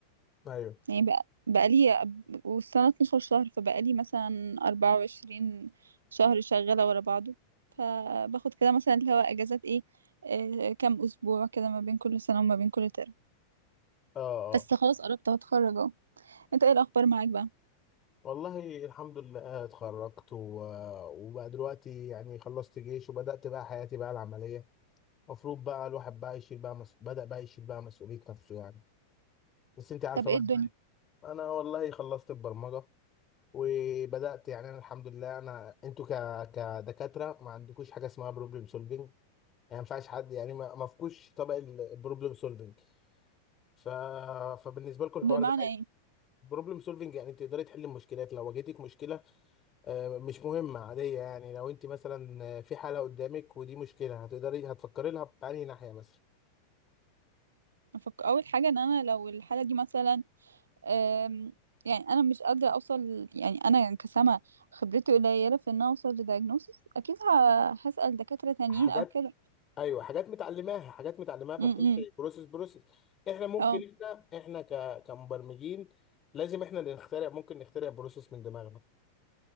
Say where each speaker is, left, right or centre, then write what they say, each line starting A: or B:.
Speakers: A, on the left; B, on the right.
A: ايوه
B: يعني بقى بقى لي والسنة 12 شهر فبقى لي مثلا 24 شهر شغالة ورا بعضه فباخد كده مثلا اللي هو اجازات ايه آه، كام اسبوع كده ما بين كل سنة وما بين كل ترم
A: اه
B: بس خلاص قربت هتخرج اهو انت ايه الاخبار معاك بقى
A: والله الحمد لله اتخرجت و... وبقى دلوقتي يعني خلصت جيش وبدأت بقى حياتي بقى العملية المفروض بقى الواحد بقى يشيل بقى مس... بدأ بقى يشيل بقى مسؤولية نفسه يعني بس انت عارفة
B: طب
A: بقى
B: ايه الدنيا
A: انا والله خلصت البرمجة وبدأت يعني انا الحمد لله انا انتوا ك... كدكاترة ما عندكوش حاجة اسمها بروبلم سولفينج يعني ما ينفعش حد يعني ما, ما فيكوش طبق البروبلم سولفينج ف... فبالنسبة لكم الحوار
B: بمعنى
A: ده
B: إيه؟
A: بروبلم سولفينج يعني انت تقدري تحلي المشكلات لو واجهتك مشكلة آه، مش مهمة عادية يعني لو انت مثلا آه، في حالة قدامك ودي مشكلة هتقدري هتفكري لها بأنهي ناحية مثلا
B: أفك... اول حاجه ان انا لو الحاله دي مثلا أم... يعني انا مش قادره اوصل يعني انا كسامه خبرتي قليله في ان أنا اوصل لدايجنوسيس اكيد ه... هسال دكاتره تانيين
A: حاجات
B: او كده
A: ايوه حاجات متعلماها حاجات متعلماها فبتمشي
B: امم
A: بروسيس بروسيس احنا ممكن
B: اه
A: احنا احنا ك... كمبرمجين لازم احنا اللي نخترع ممكن نخترع بروسيس من دماغنا